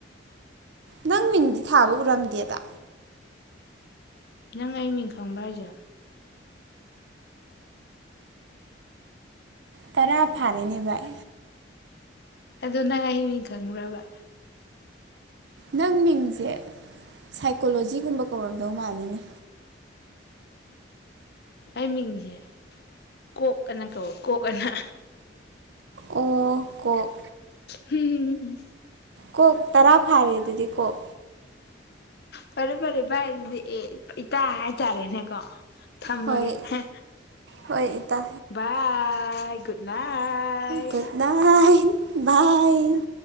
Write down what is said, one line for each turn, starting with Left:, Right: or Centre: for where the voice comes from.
Right: ꯅꯪ ꯃꯤꯡꯗꯤ ꯊꯥꯕ ꯎꯔꯝꯗꯦꯗ
Left: ꯅꯪ ꯑꯩ ꯃꯤꯡ ꯈꯪꯕ ꯍꯥꯏꯖꯦ
Right: ꯇꯔꯥ ꯐꯥꯔꯦꯅꯦ ꯚꯥꯏ
Left: ꯑꯗꯨꯅꯪ ꯑꯩ ꯃꯤꯡ ꯈꯪꯕ꯭ꯔꯕ
Right: ꯅꯪ ꯃꯤꯡꯁꯦ ꯁꯥꯏꯀꯣꯂꯣꯖꯤꯒꯨꯝꯕ ꯀꯧꯔꯝꯗꯧ ꯃꯥꯜꯂꯤꯅꯦ
Left: ꯑꯩ ꯃꯤꯡꯁꯦ ꯀꯣꯛ ꯑꯅ ꯀꯧꯋꯦ ꯀꯣꯛ ꯑꯅ
Right: ꯑꯣ ꯀꯣꯛ
Left: ꯍꯨꯝ
Right: ꯀꯣꯛ ꯇꯔꯥ ꯐꯥꯔꯦ ꯑꯗꯨꯗꯤ ꯀꯣꯛ
Left: ꯐꯔꯦ ꯐꯔꯦ ꯚꯥꯏ ꯑꯗꯨꯗꯤ ꯑꯦ ꯏꯇꯥ ꯍꯥꯏꯇꯥꯔꯦꯅꯦꯀꯣ ꯊꯝꯃꯒꯦ
Right: ꯍꯣꯏ
Left: ꯍꯦ
Right: ꯍꯣꯏ ꯏꯇꯥ
Left: ꯕꯥꯏ ꯑꯦ <unintelligible> ꯒꯨꯗꯅꯥꯏꯇ
Right: ꯒꯨꯗ ꯅꯥꯏꯠ ꯕꯥꯏ꯫